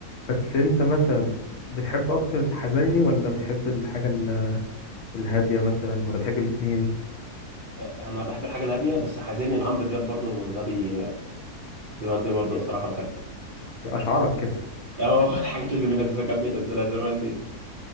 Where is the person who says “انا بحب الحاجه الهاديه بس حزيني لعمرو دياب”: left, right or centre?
Right